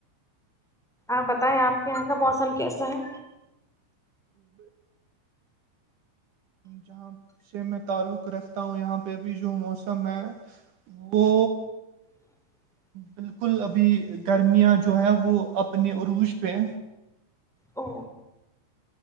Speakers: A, in the centre; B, on the right.
A: آپ بتائیں آپ کے یہاں کا موسم کیسا ہے
B: جہاں سے میں تعلق رکھتا ہوں یہاں پہبھی جو موسم ہے وہ
A: <unintelligible>
B: بالکل ابھی گرمیاں جو ہے وہ اپنے عروج پہ
A: او